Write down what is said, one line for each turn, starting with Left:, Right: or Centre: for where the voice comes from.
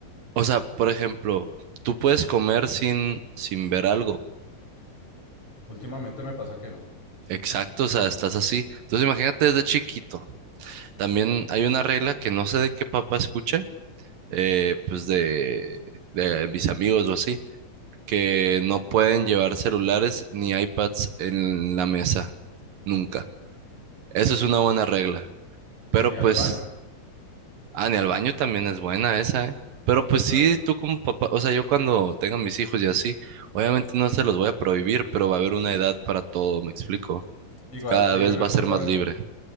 Right: o sea, por ejemplo, tú puedes comer sin, sin ver algo.
Left: Últimamente me pasa que no,
Right: Exacto, o sea, estás así. Entonces imagínate desde chiquito. También hay una regla que no sé de qué papá escuché, eh, pues de, de mis amigos o así que no pueden llevar celulares ni iPads en la mesa, nunca. Eso es una buena regla. Pero
Left: ni al
Right: pues,
Left: baño.
Right: ah, ni al baño también es buena esa, ¿eh? Pero pues sí,
Left: Claro.
Right: tú como papá, o sea, yo cuando tenga mis hijos y así, obviamente no se los voy a prohibir, pero va a haber una edad para todo, ¿me explico?
Left: Igual,
Right: Cada
Left: ahí
Right: vez
Left: hay una
Right: va
Left: cosa,
Right: a ser más libre.